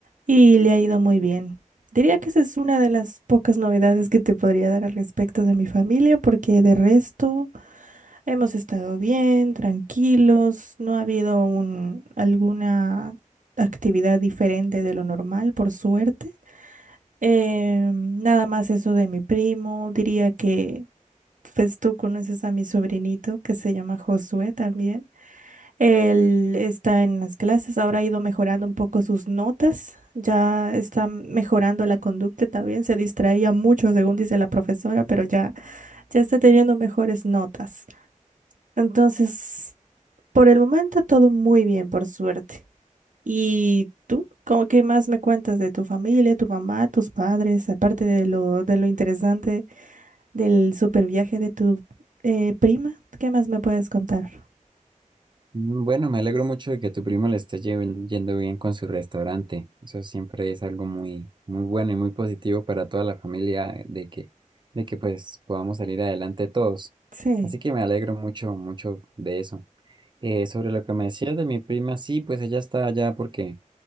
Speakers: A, on the right; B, on the right.
A: y le ha ido muy bien. Diría que esa es una de las pocas novedades que te podría dar al respecto de mi familia, porque de resto... Hemos estado bien, tranquilos, no ha habido un, alguna actividad diferente de lo normal, por suerte. Eh, nada más eso de mi primo, diría que pues tú conoces a mi sobrinito que se llama Josué también. Él está en las clases, ahora ha ido mejorando un poco sus notas, ya está mejorando la conducta también, se distraía mucho según dice la profesora, pero ya, ya está teniendo mejores notas. Entonces... Por el momento todo muy bien, por suerte. ¿Y tú? ¿Cómo qué más me cuentas de tu familia, tu mamá, tus padres, aparte de lo de lo interesante del super viaje de tu eh, prima? ¿Qué más me puedes contar?
B: Mm, Bueno, me alegro mucho de que a tu primo le esté lleven- yendo bien con su restaurante. Eso siempre es algo muy, muy bueno y muy positivo para toda la familia eh, de que, de que pues podamos salir adelante todos.
A: Sí.
B: Así que me alegro mucho, mucho de eso. Eh, sobre lo que me decías de mi prima, sí, pues ella está allá porque,